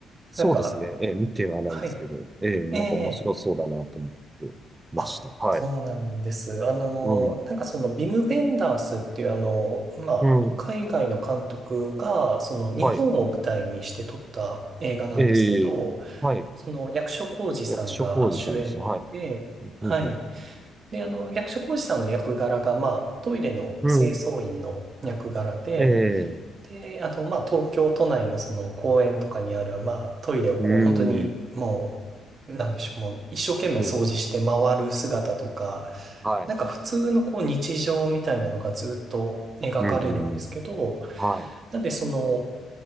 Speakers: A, on the right; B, on the right.
A: そうですね。
B: なんか、
A: ええ見てはないんですけど、
B: はい。
A: ええなんか面白そうだなと思ってました。
B: ええあ、
A: はい。
B: そうなんです。あの、
A: うん、
B: なんかその、ビム・ベンダースっていうあの、まあ、
A: うん、
B: 海外の監督が、その、
A: はい。
B: 日本を舞台にして撮った映画なんですけど、
A: ええはい。
B: その役所広司さんが主演で、
A: 役所広司さんですね。はい。
B: はい。
A: うん、うん、
B: で、あの、役所広司さんの役柄が、まあ、トイレの清掃員の役柄で、
A: うん。ええ
B: で、あと、まあ、東京都内のその公園とかにある、まあ、トイレをこう、
A: うん、
B: 本当にもう、なんでしょう、もう一生懸命掃除して回る姿とか、
A: うん、はい。
B: なんか普通のこう、日常みたいなのがずっと描かれるんですけど、
A: うん、うん、うんはい。
B: なんでその、